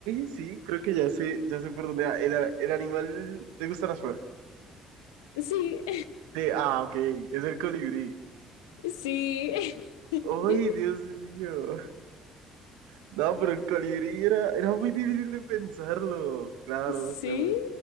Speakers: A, on the right; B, on the left.
A: sí, creo que ya sé, ya sé por dónde va. El, el animal le gustan las flores.
B: Sí,
A: Sí, ah, ok, es el colibrí.
B: <laughs> sí. <laughs> Din,
A: ¡Ay,
B: din,
A: Dios mío! No, pero el colibrí era, era muy difícil de pensarlo. Claro,
B: Sí,
A: claro.